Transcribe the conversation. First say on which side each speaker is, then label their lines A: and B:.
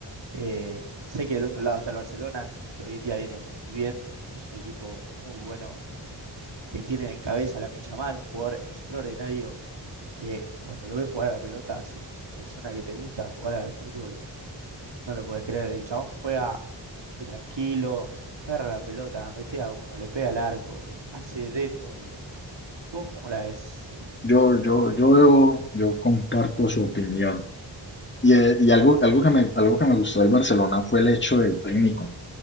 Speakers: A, on the right; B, on the left.
A: eh, sé que del otro lado está el Barcelona, que hoy en día viene muy bien, es un equipo muy bueno, que tiene en cabeza a Lamine Yamal, un jugador extraordinario que cuando lo ves jugar a la pelota, si sos una persona que te gusta jugar al fútbol, No lo puedes creer, el chabón juega muy tranquilo, agarra la pelota, mete a uno, le pega al arco, hace de todo. ¿Vos cómo la ves?
B: Yo, yo, yo veo, yo comparto su opinión. Y, eh, y algo, algo que me, algo que me gustó del Barcelona fue el hecho del técnico.